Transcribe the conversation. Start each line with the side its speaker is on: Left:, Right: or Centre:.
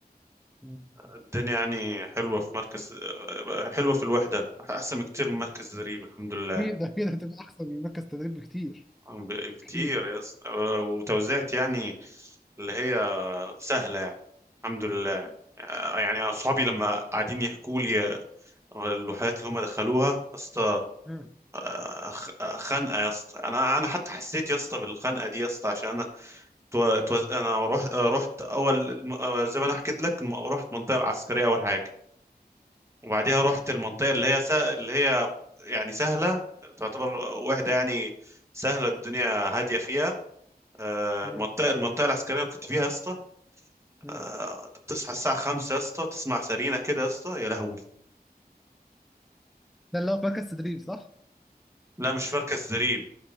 Centre: مم.
Right: الدنيا يعني حلوه في مركز آه، حلوه في الوحده احسن بكتير من مركز زريب الحمد لله
Centre: اكيد ده كده هتبقى احسن من مركز تدريب بكتير
Right: عم ب-
Centre: اكيد
Right: كتير يس آه، وتوزيعت يعني اللي هي سهله يعني الحمد لله آه، يعني أنا أصحابي لما قاعدين يحكوا لي الوحدات اللي هم دخلوها يا اسطى
Centre: مم.
Right: آه، خ- آه، خنقة يا اسطى أنا أنا حتى حسيت يا اسطى بالخنقة دي يا اسطى عشان أنا تو... تو... أنا رحت آه، رحت أول الم- آه، زي ما أنا حكيت لك الم- رحت المنطقة العسكرية أول حاجة وبعديها رحت المنطقة اللي هي س... اللي هي يعني سهلة تعتبر وحدة يعني سهلة الدنيا هادية فيها آه،
Centre: مم.
Right: المنطقة المنطقة العسكرية اللي كنت فيها يا اسطى
Centre: مم.
Right: آه، تصحى الساعة خمسة يا اسطى تسمع سرينة كده يا اسطى يا لهوي
Centre: ده اللي هو في مركز تدريب صح؟
Right: لا مش مركز زريب